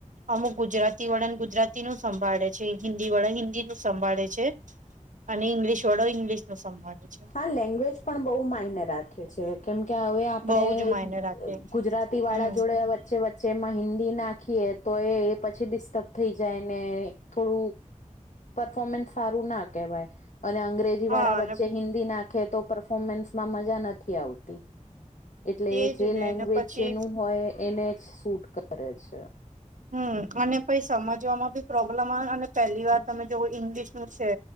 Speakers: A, on the right; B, on the left.
A: અમુક ગુજરાતી વાળા ગુજરાતી નું સંભાળે છે, હિન્દી વાળા હિન્દી નું સંભાળે છે. અને ઇંગ્લિશ વાળા ઇંગ્લિશ નો સંભાળે છે.
B: આ લેંગ્વેજ પણ બહુ માઇનર કેમ કે, હવે આપણે
A: બહુ જ માયને રાખે
B: ગુજરાતી વાળા
A: હમ
B: જોડે વચ્ચે-વચ્ચે એમાં હિન્દી નાખીએ તો એ પછી ડિસ્ટર્બ થઈ જાય ને થોડું પરફોમન્સ સારું ના કવાય અને અંગ્રેજ વા
A: હા
B: વચ્ચે
A: અને
B: હિન્દી નાખે તો પરફોર્મન્સમાં મજા નથી આવતી. એટલે
A: એજ
B: જે
A: ને
B: લેંગ્વેજ
A: ને પછી
B: જેનું હોય એને જ સૂટ કરે છે.
A: હમ અને પઈ સમજવામાં બી પ્રોબ્લેમ આવે અને પહેલી વાર તમે જોવ ઇંગ્લિશ નું છે.